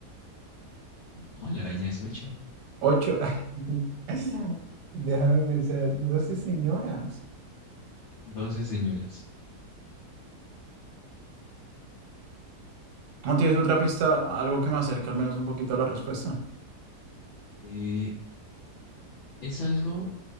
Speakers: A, on the left (about 65°); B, on the right (about 85°).
A: No, la araña es ocho
B: Ocho. <laughs> Ay, Déjame pensar. 12 señoras.
A: doce señoras.
B: ¿No tienes otra pista? Algo que me acerque al menos un poquito a la respuesta.
A: Eh, es algo